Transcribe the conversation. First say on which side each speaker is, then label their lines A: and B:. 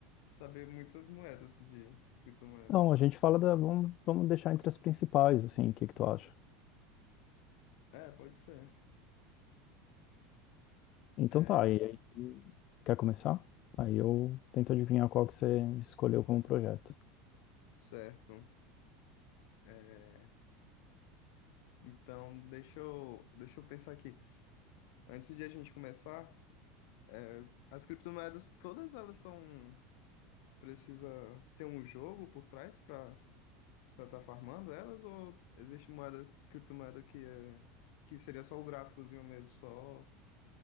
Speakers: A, on the left (about 70°); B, on the left (about 45°).
A: Saber muitas moedas de criptomoedas.
B: Não, a
A: assim.
B: gente fala da. Vamos, vamos deixar entre as principais, assim, o que que tu acha?
A: É, pode ser.
B: Então
A: É,
B: tá, e aí, quer começar? Aí eu tento adivinhar qual que você escolheu como projeto.
A: certo. É, então, deixa eu, deixa eu pensar aqui. Antes de a gente começar, é, as criptomoedas, todas elas são... Precisa ter um jogo por trás para para estar farmando elas? Ou existe moedas, criptomoeda que, é, que seria só o gráficozinho mesmo, só,